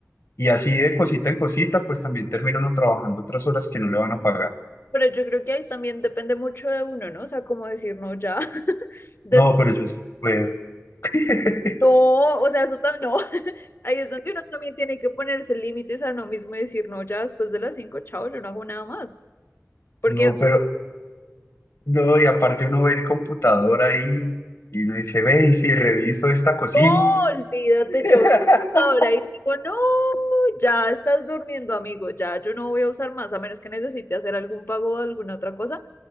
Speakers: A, on the left; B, on the left.
A: Y así de cosita en cosita, pues también termina uno trabajando otras horas que no le van a pagar.
B: Pero yo creo que ahí también depende mucho de uno, ¿no? O sea, como decir, no, ya, <laughs> después.
A: No, pero yo sí puedo. <laughs>
B: No, o sea, eso también no. <laughs> Ahí es donde uno también tiene que ponerse límites a uno mismo y decir, no, ya después de las cinco, chao, yo no hago nada más. Porque
A: No, pero, no, y aparte uno ve el computador ahí y uno dice, ve, y si reviso esta cosita.
B: Oh, olvídate,
A: <laughs>
B: yo ahora y digo, no, ya estás durmiendo, amigo, ya yo no voy a usar más, a menos que necesite hacer algún pago o alguna otra cosa,